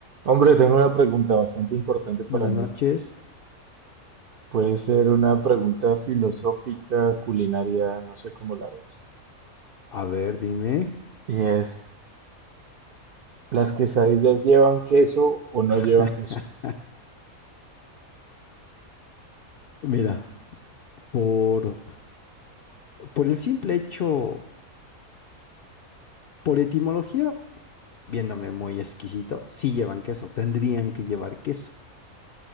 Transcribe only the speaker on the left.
Buenas
noches.
A ver, dime.
<laughs>
Mira, por, por el simple hecho, por etimología, viéndome muy exquisito, sí llevan queso, tendrían que llevar queso,